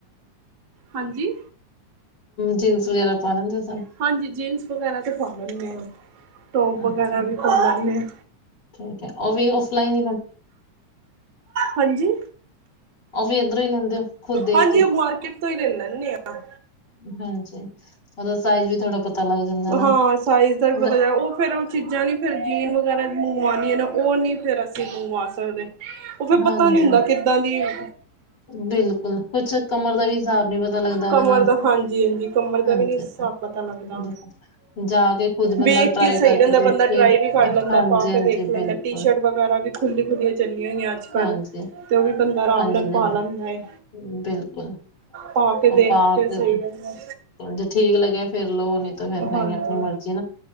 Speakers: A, on the right; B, on the left.
A: ਹਾਂਜੀ
B: ਜਿਨਸ ਵਗੈਰਾ ਪਾ ਲੈਂਦੇ ਸ
A: ਜੀ ਹਾਂਜੀ ਜੀ ਤੋ ਵਗੈਰਾ
B: ਅੱਛਾ
A: ਵੀ ਪਤਾ ਨਹੀਂ
B: ਠੀਕ ਹ ਉਹ ਵੀ ਉਸ ਲਾਈਨ
A: ਹਾਂਜੀ,
B: ਉਹ ਵੀ ਇੱਧਰੋਂ ਹੀ ਲੈਂਦੇ ਹੋ ਖੁਦ ਦੇਖ
A: ਹਾਂਜੀ
B: ਕੇ
A: ਉਹ ਮਾਰਕੀਟ ਤੋਂ ਹੀ ਲੈ ਲੈਂਦੇ ਹਾਂ
B: ਹਾਂਜੀ ਉਹਦਾ ਸਾਈਜ਼ ਵੀ ਥੋੜ੍ਹਾ ਪਤਾ ਲੱਗ ਜਾਂਦਾ
A: ਹਾਂ
B: ਨਾ
A: ਸਾਈਜ਼ ਦਾ ਵੀ ਪਤਾ
B: ਦ-
A: ਲ ਉਹ ਫੇਰ ਚੀਜ਼ਾਂ ਨੀ ਫਿਰ ਜੀਨ ਵਗੈਰਾ ਮੰਗਵਾਉਣ ਨੇ, ਉਹ ਨੀ ਫ਼ਿਰ ਅਸੀਂ ਮੰਗਵਾ ਸਕਦੇ ਉਹ ਫਿਰਰ
B: ਹਾਂਜੀ
A: ਪਤਾ ਨਹੀਂ ਹੁੰਦਾ ਕਿੱਦਾਂ ਦੀ ਹਾਂ
B: ਬਿਲਕੁਲ ਕੁਛ ਕਮਰ ਦਾ ਵੀ ਹਿਸਾਬ ਨੀ ਪਤਾ ਲੱਗਦਾ ਉਹਦੇ
A: ਕਮਰ
B: ਨਾਲ
A: ਦਾ ਹਾਂਜੀ ਹਾਂਜੀ ਕਮਰ ਦਾ
B: ਹਾਂਜੀ
A: ਵੀ ਨੀ ਸਾ ਪਤਾ ਲੱਗਦਾ
B: ਬਿਲਕੁਲ, ਜਾ ਕੇ ਖੁਦ ਬੰਦਾ
A: ਵੇਖ
B: ਟਰਾਈ
A: ਕੇ ਸਹੀ
B: ਕਰਕੇ
A: ਰਹਿੰਦਾ
B: ਦੇਖੇ
A: ਬੰਦਾ ਟਰਾਈ ਵੀ ਕਰ ਲੈਂਦਾ
B: ਹਾਂਜੀ
A: ਪਾ
B: ਹਾਂਜੀ
A: ਕੇ ਦੇਖ ਲੈਂਦਾ
B: ਬਿਲਕੁਲ
A: ਟੀ ਸ਼ਰਟ ਵਗੈਰਾ ਵੀ- ਖੁੱਲੀ ਖੁੱਲੀਆਂ ਚੱਲੀਆਂ ਨੇ ਅੱਜ ਕੱਲ
B: ਹਾਂਜੀ
A: ਤੇ ਉਹ ਵੀ ਬੰਦਾ ਆਰਾਮ
B: ਹਾਂਜੀ
A: ਨਾਲ ਪਾ
B: ਹਾਂਜੀ
A: ਲੈਂਦਾ ਏ।
B: ਬਿਲਕੁਲ,
A: ਪਾ ਕੇ ਦੇਖ
B: ਉਹ ਪਾਕੇ
A: ਕੇ ਸਹੀ ਰਹਿੰਦਾ
B: ਜੇ ਠੀਕ ਲੱਗਿਆ ਫੇਿਰ ਲੋਓ ਨੀ ਤਾਂ ਫੇਿਰ ਨ
A: ਹਾਂਜੀ
B: ਆਪਣੀ ਮਰਜ਼ੀ ਨਾ